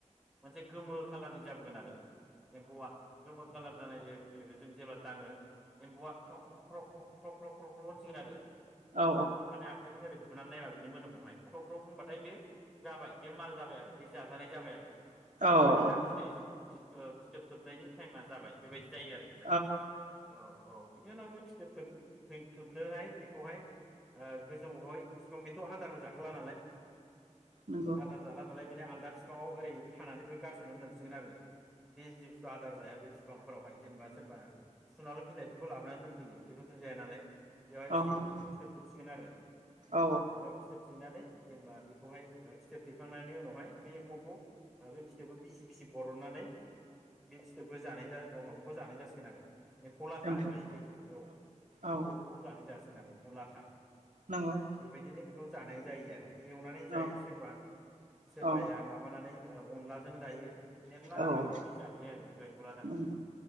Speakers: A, in the centre; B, on the right (about 85°).
A: मोनसे ओ गोमो खाालारनि जाबोगोन आरो एम्फौआ गोमो खाालार जानाय लोगो लोगोनो जों जेब्ला दाङो एम्फौआ ख्र' ख्र' ख्र' ख्र' ख्र' ख्र' ख्र' होनसिगोन आरो
B: औ
A: माने आखाइजों ओरै बुनानै नायबा बि मोदोमावहाय ख्र' ख्र' बुंबाथाय बे जाबाय बे माल जाबाय आरो बे जाजानाय जाबाय आरो
B: औ
A: बा बिहा फिथै
B: औ
A: ओ फिथोब थोबनायनि टाइमा जाबाय बेबायदि जायो आरो नोंथां
B: नंगौ
A: औ औ बिनि उनाव बे फिथोबोब थै थोबनोहाय बेखौहाय ओ गोजौआवहाय बेसिबां बेथ' आदारबो जाखाला नालाय
B: नंगौ
A: आदार जाला नालाय बेनो आलदा बिफाङाव ओरै फानानै बेखौ गारसननानै दोनसिगोन आरो बे जिथु आदार जाया बे बिफांफोरावहाय जेनेबा सोरबा सुनाल' बिलाइफोरखौ लाबोनानै दोनफैयो बेफोरथ' जाया नालाय बेवहाय
B: औ
A: फिथोब
B: नंगौ
A: थोबसिगोन आरो
B: औ
A: इआव थेनानै जेब्ला बेखौहाय फिथोब थेखांनायनि उनावहाय बे एम्फौखौ बे फिथोबखौ बिसि बिसि बरननानै बे फिथोबखौ जानाय माबाखौ जानाय जासिगोन आरो एम्फौ लाथा
B: एम्फौखौ
A: होनबाय जेखौ औ
B: औ
A: एम्फौखौ जानाय जासै एम्फौ लाथा
B: नंगौ
A: बेबायदिनो बेखौ जानाय जायो आरो एवनानै जायो
B: औ
A: सोरबा सोरबाया
B: औ
A: माबानानै ओ अनलाजों जायो। मेरला
B: औ
A: रोखोमै जायो आरो बेफोर एम्फौ लाथाखौ
B: नंगौ
A: नोंथां